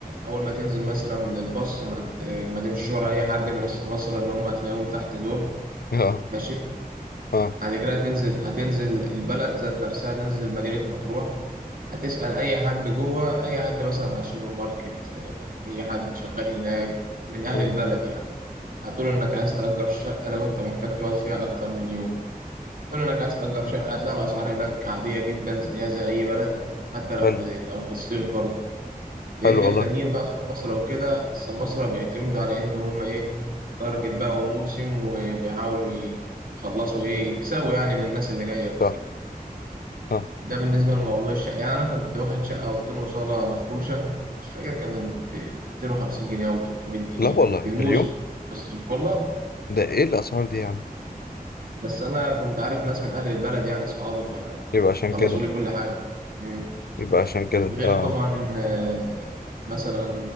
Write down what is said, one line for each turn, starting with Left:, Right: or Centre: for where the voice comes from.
Right: اول ما تنزل مثلا من الباص ما, ت... ما تمشيش ورا اي حد من السماسرة اللي هم هتلاقيهم تحت دول
Left: <laughs> اه
Right: ماشي
Left: اه
Right: بعد كده هتنزل هتنزل البلد ذات نفسها هتنزل مدينه مطروح هتسأل اي حد جوه اي حد مثلا بتاع السوبر ماركت اي حد شغال هناك من اهل
Left: آه.
Right: البلد يعني هتقول انك عايز تأجر شقه لو انت محتاج تقعد فيها اكتر من يوم قول انك عايز تأجر شقة هتلاقي الأسعار هناك عادية جدا زيها زي أي بلد حتى لو
Left: حلو
Right: في لو في الصيف برضه لأن
Left: حلو
Right: التانيين
Left: والله
Right: بقى السماسرة وكده السماسرة بيعتمدوا على إن هم إيه تارجت بقى وموسم وبيحاولوا يخلصوا إيه يكسبوا يعني من الناس اللي جاية وكده
Left: صح اه
Right: ده بالنسبة لموضوع الشقة يعني أنا كنت واخد شقة أوضتين وصالة مفروشة مش فاكر كانت ب ب 250 جنيه أو ب 300 جنيه
Left: لا والله
Right: في
Left: في
Right: الموسم
Left: اليوم
Right: بس والله
Left: ده ايه الاسعار دي يعني
Right: بس انا كنت عارف ناس من اهل البلد يعني اصحابي فخلصوا
Left: يبقى عشان كده
Right: لي كل حاجه مم.
Left: يبقى عشان كده
Right: غير
Left: اه
Right: طبعا آه، مثلا